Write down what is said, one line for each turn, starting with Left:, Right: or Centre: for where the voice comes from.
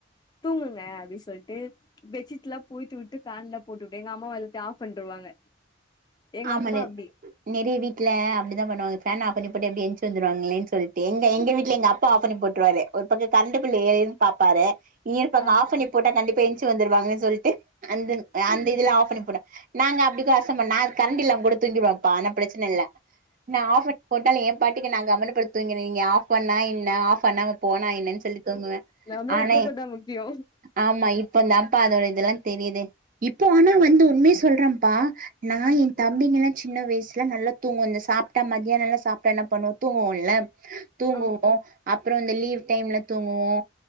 Left: தூங்குங்க அப்டி சொல்லிட்டு பெட்ஷீட்ல்லா போத்தி விட்டு பேன்லா போட்டு விட்டு எங்க அம்மா வந்துட்டு ஆப் பண்ருவாங்க எங்க
Right: ஆமா
Left: அப்பா அப்டி
Right: நெறைய வீட்டுல அப்டிதா பண்ணுவாங்கஃபேன் ஆப் பண்ணி போட்டா எப்டி எந்துச்சு வந்துருவாங்களேன்னு சொல்லிட்டு எங்க எங்க வீட்டுல எங்க அப்பா ஆஃப் பண்ணி போட்டுருவாரு ஒரு பக்கம் கரண்டு பில் ஏறிருன்னு பாப்பாரு <unintelligible>
Left: ஆ
Right: ஆப் பண்ணி போட்டா கண்டிப்பா எந்துச்சு வந்துருவாங்கன்னு சொல்லிட்டு அந்த அந்த இதுல ஆப் பண்ணி போட நாங்க அப்டி <unintelligible> பண்ண அ கரண்ட் இல்லாம கூட தூங்கிடுவேன்ப்பா ஆனா பிரச்சனை இல்ல நா ஆப் பண்ணி போட்டாலு என் பாட்டுக்கு நா கம்முனு படுத்து தூங்கிருவே நீங்க ஆப் பண்ணா என்ன ஆப் பண்ணாம போனா என்னன்னு சொல்லி தூங்குவே
Left: நம்மளுக்கு
Right: ஆன
Left: தூக்கந்தா முக்கியோ
Right: ஆமா இப்ப தாம்ப்பா அதோட இதெல்லா தெரியுது இப்போ ஆனா வந்து உண்மையே சொல்றம்ப்பா நா
Left: ஆ
Right: என் தம்பிங்கல்லா சின்ன வயசுல நல்லா தூங்கு இந்த சாப்ட்டா மதியானோலா சாப்ட்டா என்ன பண்ணுவோ தூங்குவோம்ல தூங்குவோ
Left: ஆம்
Right: அப்புற இந்த லீவ் டைம்ஸ் தூங்குவோ